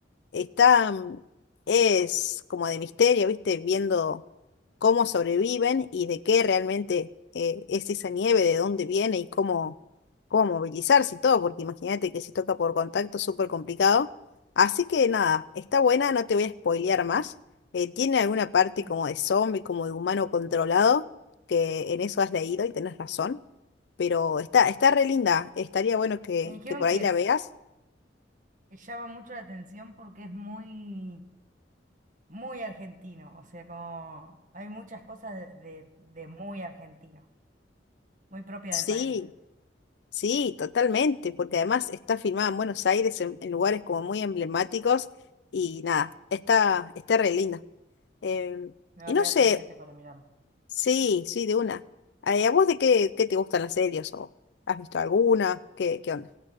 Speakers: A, on the left; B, on the right.
A: Está, mm, es como de misterio, ¿viste? Viendo cómo sobreviven y de qué realmente eh, es esa nieve, de dónde viene y cómo, cómo movilizarse y todo, porque imagínate que si toca por contacto es súper complicado. Así que nada, está buena, no te voy a spoilear más. Eh, tiene alguna parte
B: <laughs>
A: como de zombie, como de humano controlado, que en eso has leído y tenés razón. Pero está, está re linda, estaría bueno que,
B: Me dijeron
A: que por ahí
B: que
A: la
B: es,
A: veas.
B: que llama mucho la atención porque es muy, muy argentino. O sea, como hay muchas cosas de, de, de muy argentino, muy propia
A: Sí.
B: del país.
A: Sí, totalmente, porque además está filmada en Buenos Aires, en, en lugares como muy emblemáticos, y nada, está, está re linda. Em,
B: Me va
A: y
B: a
A: no
B: quedar
A: sé,
B: pendiente para mirarlo.
A: sí, sí, de una. Eh, ¿a vos de qué, qué te gustan las series? ¿O has visto alguna? ¿Qué, qué onda?